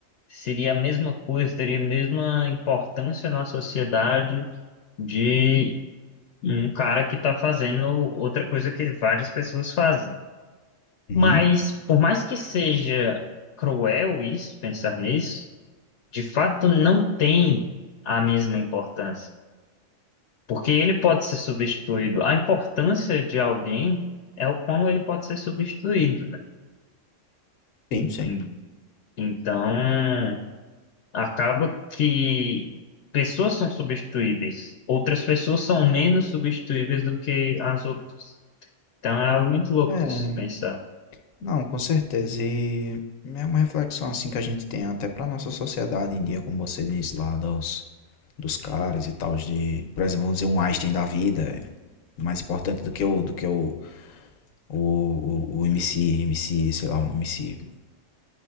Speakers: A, on the left; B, on the left.
A: seria a mesma coisa, teria a mesma importância na sociedade de um cara que está fazendo outra coisa que várias pessoas fazem.
B: Uhum.
A: Mas, por mais que seja cruel isso, pensar nisso, de fato não tem a mesma importância, porque ele pode ser substituído. A importância de alguém é o como ele pode ser substituído, né?
B: Sim, sim.
A: En- Então, acaba que pessoas são substituíveis, outras pessoas são menos substituíveis do que as outras. Então, é algo muito louco
B: É,
A: de se pensar.
B: não, com certeza. E é uma reflexão assim que a gente tem até pra nossa sociedade em dia, como você disse lá, dos, dos caras e tal, de, por exemplo, vamos dizer, um Einstein da vida, é mais importante do que o, do que o, O, o, o MC, MC, sei lá, um MC,